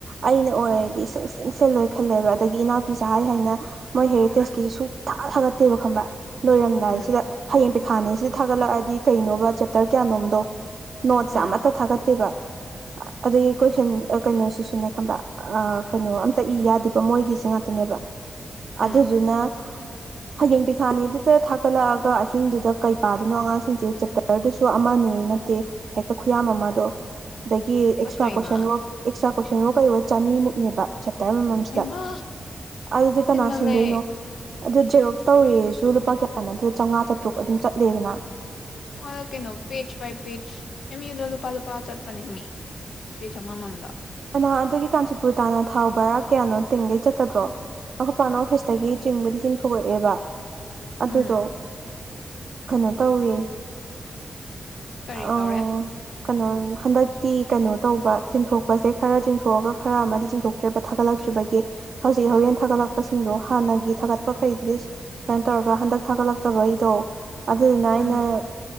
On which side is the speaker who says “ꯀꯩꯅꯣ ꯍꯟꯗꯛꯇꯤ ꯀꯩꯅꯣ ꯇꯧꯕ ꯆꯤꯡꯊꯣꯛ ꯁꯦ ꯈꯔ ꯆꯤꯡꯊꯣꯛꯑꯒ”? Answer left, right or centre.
Right